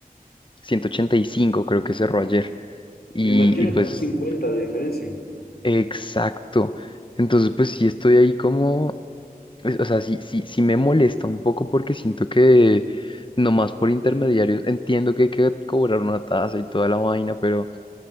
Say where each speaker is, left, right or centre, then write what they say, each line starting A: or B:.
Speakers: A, on the left (about 30°); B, on the left (about 85°).
A: ciento ochenta y cinco creo que cerró ayer. Y,
B: Imagínate,
A: y pues,
B: son 50 de diferencia.
A: exacto. Entonces, pues sí estoy ahí como, es- O sea, sí, sí, sí me molesta un poco porque siento que nomás por intermediarios entiendo que hay que cobrar una tasa y toda la vaina, pero,